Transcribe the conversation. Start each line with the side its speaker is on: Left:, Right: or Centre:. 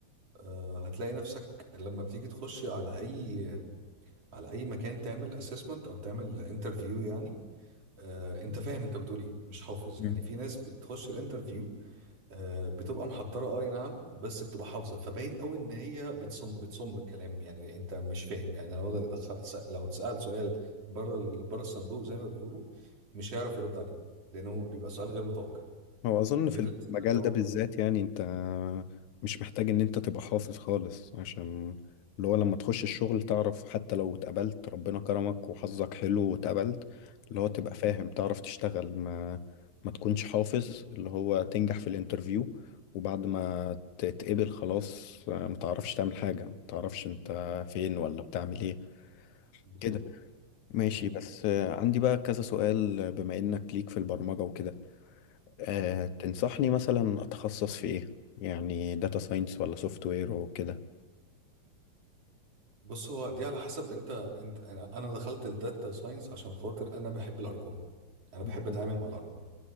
Right: آه، هتلاقي نفسك لما بتيجي تخش على اي على اي مكان تعمل اسسمنت او تعمل انترفيو يعني آه، انت فاهم انت بتقول ايه مش حافظ
Left: مم.
Right: يعني في ناس بتخش الانترفيو آه، بتبقى محضره اه اي نعم بس بتبقى حافظه فباين قوي ان هي بتصم بتصم الكلام يعني انت مش فاهم يعني لو دخ- س- لو اتسال سؤال بره ال- بره الصندوق زي ما بيقولوا مش هيعرف يرد عليه لانه بيبقى سؤال غير متوقع
Left: هو أظن
Right: غير
Left: في
Right: الاسئله
Left: المجال
Right: اللي هو
Left: ده
Right: محضرها
Left: بالذات يعني أنت مش محتاج إن أنت تبقى حافظ خالص عشان اللي هو لما تخش الشغل تعرف حتى لو اتقبلت ربنا كرمك وحظك حلو واتقبلت اللي هو تبقى
Right: م،
Left: فاهم تعرف تشتغل ما ما تكونش حافظ اللي هو تنجح في الانترفيو وبعد ما تتقبل خلاص ما تعرفش تعمل حاجة ما تعرفش أنت فين ولا بتعمل إيه
Right: بالظبط
Left: كده ماشي
Right: بالظبط
Left: بس عندي بقى كذا سؤال بما إنك ليك في البرمجة وكده أه
Right: م.
Left: تنصحني مثلا أتخصص في إيه؟ يعني داتا ساينس ولا سوفت وير وكده
Right: بص هو دي على حسب انت انت انا انا دخلت الداتا ساينس عشان خاطر انا بحب الارقام انا
Left: <laughs>
Right: بحب اتعامل
Left: مم.
Right: مع الارقام